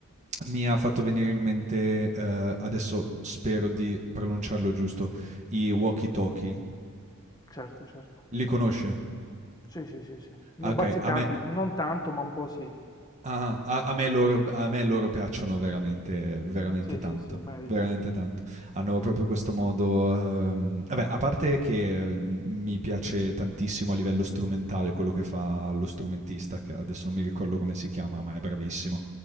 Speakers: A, on the right (about 35°); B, on the left (about 20°).
A: Mi ha fatto venire in mente, ehm, adesso spero di pronunciarlo giusto, i walkie talkie.
B: Certo, certo.
A: Li conosci?
B: Sì, sì, sì, sì. Li
A: Ah,
B: ho
A: okay,
B: bazzicati,
A: a me
B: non tanto, ma un po' sì.
A: ah-ah, a a me loro b a me loro piacciono veramente veramente
B: Sì,
A: tanto,
B: sì, sì, meritano.
A: veramente tanto. Hanno proprio questo modo, ehm vabbè, a parte che, mhmm, mi piace tantissimo a livello strumentale quello che fa lo strumentista, che adesso non mi ricordo come si chiama, ma è bravissimo.